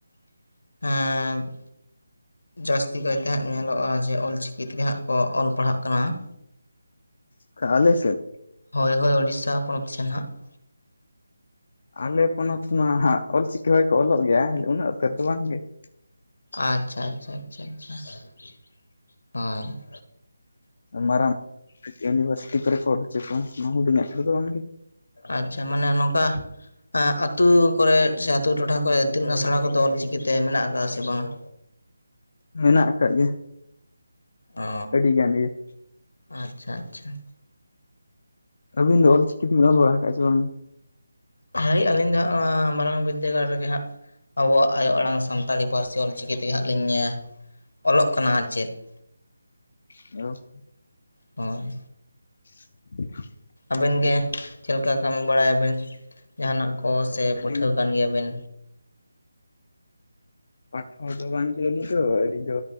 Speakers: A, on the left; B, on the left.
A: <inaudible> ᱦᱟᱸ ᱾ ᱡᱟᱹᱥᱛᱤ ᱠᱟᱭᱛᱮ ᱦᱟᱸᱜ ᱧᱮᱞᱚᱜᱼᱟ ᱡᱮ ᱚᱞ ᱪᱤᱠᱤ ᱛᱮᱜᱮ ᱦᱟᱸᱜ ᱠᱚ ᱚᱞ ᱯᱟᱲᱦᱟᱜ ᱠᱟᱱᱟ ᱾
B: ᱚᱠᱟ ᱟᱞᱮ ᱥᱮᱫ?
A: ᱦᱳᱭ ᱦᱳᱭ ᱳᱲᱤᱥᱥᱟ ᱯᱚᱱᱚᱛ ᱥᱮᱫ ᱦᱟᱸᱜ ᱾
B: ᱟᱞᱮ ᱯᱚᱱᱚᱛ ᱢᱟ ᱦᱟᱸᱜ ᱚᱞᱪᱤᱠᱤ ᱦᱚᱭ ᱠᱚ ᱚᱞᱚᱜ ᱜᱮᱭᱟ ᱩᱱᱟᱹᱜ ᱩᱛᱟᱹᱨ ᱫᱚ ᱵᱟᱝᱜᱮ ᱾
A: ᱟᱪᱪᱷᱟ ᱟᱪᱪᱷᱟ ᱟᱪᱪᱷᱟ ᱟᱪᱪᱷᱟ ᱾ <inaudible> ᱦᱳᱭ ᱾
B: ᱢᱟᱨᱟᱝ ᱢᱟᱨ ᱤᱭᱩᱱᱤᱵᱷᱟᱨᱥᱤᱴᱤ ᱠᱚᱨᱮ ᱠᱚ ᱚᱞ ᱦᱚᱪᱚ ᱠᱚᱣᱟ ᱾ ᱱᱚᱣᱟ ᱦᱩᱰᱤᱧᱟᱜ ᱠᱚᱨᱮ ᱫᱚ ᱫᱚ ᱵᱟᱝᱜᱮ ᱾
A: ᱟᱪᱪᱷᱟ ᱢᱟᱱᱮ ᱱᱚᱝᱠᱟ ᱟᱸᱜ ᱟᱛᱳ ᱠᱚᱨᱮᱫ ᱥᱮ ᱟᱛᱳ ᱴᱚᱴᱷᱟ ᱠᱚᱨᱮ ᱤᱛᱩᱱ ᱟᱥᱲᱟ ᱠᱚᱫᱚ ᱚᱞ ᱪᱤᱠᱤ ᱛᱮ ᱢᱮᱱᱟᱜ ᱟᱠᱟᱫᱟ ᱥᱮ ᱵᱟᱝᱟ?
B: ᱢᱮᱱᱟᱜ ᱟᱠᱟᱫ ᱜᱮᱭᱟ
A: ᱚ
B: ᱟᱹᱰᱤ ᱜᱟᱱ ᱜᱮ ᱾
A: ᱟᱪᱪᱷᱟ ᱟᱪᱪᱷᱟ ᱾
B: ᱟᱹᱵᱤᱱ ᱫᱚ ᱚᱞᱪᱤᱠᱤ ᱛᱮᱵᱤᱱ ᱚᱞ ᱵᱟᱲᱟ ᱟᱠᱟᱫ ᱪᱮ ᱵᱟᱝ ᱜᱮ?
A: ᱦᱳᱭ ᱟᱹᱞᱤᱧ ᱫᱚ ᱦᱟᱸᱜ ᱚᱱᱟ ᱢᱟᱨᱟᱝ ᱵᱤᱫᱽᱫᱟᱹᱜᱟᱲ ᱨᱮᱜᱮ ᱦᱟᱸᱜ ᱟᱵᱚᱣᱟᱜ ᱟᱭᱳ ᱟᱲᱟᱝ ᱥᱟᱱᱛᱟᱲᱤ ᱯᱟᱹᱨᱥᱤ ᱚᱞᱪᱤᱠᱤ ᱛᱮᱜᱮ ᱦᱟᱸᱜ ᱞᱤᱧ ᱚᱞᱚᱜ ᱠᱟᱱᱟ ᱟᱨ ᱪᱮᱫ ᱾
B: <inaudible> ᱦᱮᱞᱳ ᱾
A: ᱦᱳᱭ ᱾
B: <inaudible>
A: ᱟᱵᱮᱱ ᱜᱮ ᱪᱮᱫ ᱞᱮᱠᱟ ᱠᱟᱹᱢᱤ ᱵᱟᱲᱟᱭᱟᱵᱮᱱ ᱡᱟᱦᱟᱱᱟᱜ ᱠᱚ ᱥᱮ
B: ᱟᱹᱞᱤᱧ
A: ᱯᱟᱹᱴᱷᱟᱹᱣᱟ ᱠᱟᱱ ᱜᱮᱭᱟᱵᱮᱱ?
B: ᱯᱟ. ᱴᱷᱟ. ᱣᱟ ᱫᱚ ᱵᱟᱝᱜᱤ ᱟᱹᱞᱤᱧ ᱫᱚ ᱾ ᱟᱹᱞᱤᱧ ᱫᱚ